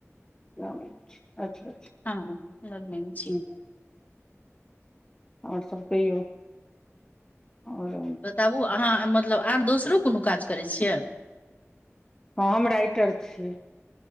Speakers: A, on the left; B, on the left.
A: गामे छी। अच्छा अच्छा
B: हँ लगमा मे छी
A: हँ, आओर सभ कहियौ आओर
B: तबू अहाँ मतलब आर दोसरो कोनो काज करै छियै
A: हँ हम राइटर छियै